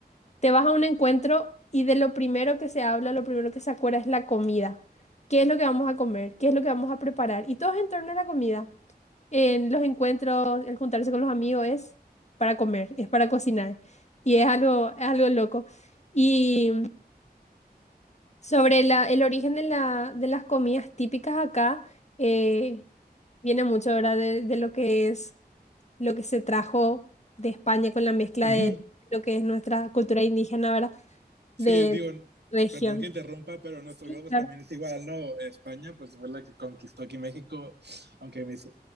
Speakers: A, on the left; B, on the right.
A: te vas a un encuentro y de lo primero que se habla, lo primero que se acuerda es la comida. ¿Qué es lo que vamos a comer? ¿Qué es lo que vamos a preparar? Y todo es en torno a la comida. En los encuentros, el juntarse con los amigos es para comer, es para cocinar. Y es algo, es algo loco. Y sobre la, el origen de la, de las comidas típicas acá, eh, viene mucho ahora de, de lo que es, lo que se trajo de España con la mezcla
B: Ujú.
A: de lo que es nuestra cultura indígena, ¿verdad?
B: Sí,
A: de
B: digo,
A: región.
B: perdón que interrumpa, pero nuestro
A: Sí,
B: caso pues
A: claro.
B: también es igual, ¿no? España pues fue la que conquistó aquí México, aunque mis-